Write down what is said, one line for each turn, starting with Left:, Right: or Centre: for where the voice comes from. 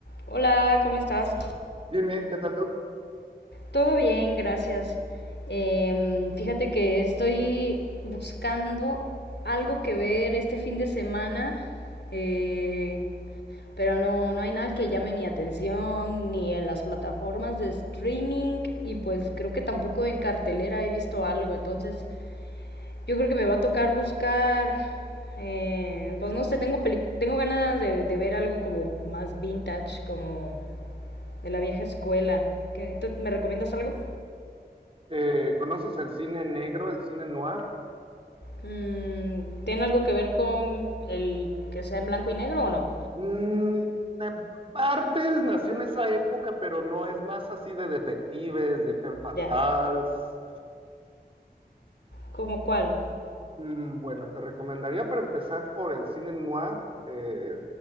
Left: Hola, ¿cómo estás?
Right: Bien, bien, ¿qué tal tú?
Left: Todo bien, gracias. Em, fíjate que estoy buscando algo que ver este fin de semana, eh, pero no, no hay nada que llame mi atención, ni en las plataformas de streaming, y pues creo que tampoco en cartelera he visto algo, entonces yo creo que me va a tocar buscar, eh, pues no sé, tengo, peli- tengo ganas de, de ver algo como más vintage, como... de la vieja escuela. ¿Qué- tú- ¿Me recomiendas algo?
Right: Eh, ¿conoces el cine negro, el cine noir?
Left: Mm, ¿Tiene algo que ver con el que sea en blanco y negro o no?
Right: Mm, en partes nació en esa época, pero no es más así de detectives, de femme fatales.
Left: Ya. ¿Cómo cuál?
Right: Mm, bueno, te recomendaría para empezar por el cine noir, eh,